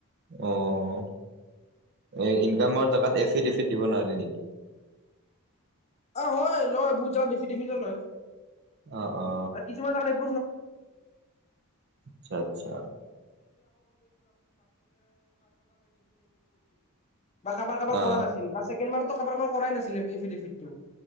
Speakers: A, on the right (about 50°); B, on the left (about 30°).
A: অ' এ ইনকামৰ জেগাত এফিডেফট দিব নোৱাৰে নেকি
B: অ হয় লয় বহুত জেগাত দেফিদেফিটো লয়
A: অ -অ- অ
B: আৰু <inaudible> <unintelligible>
A: আচ্ছা আচ্ছা
B: বা কাৰাবাৰ কাৰাবাৰ
A: অ',
B: কৰা নাছিল বা ছেকেড বাৰতো কাৰ কাৰাৰ কৰাই নাছিলেফ এফটো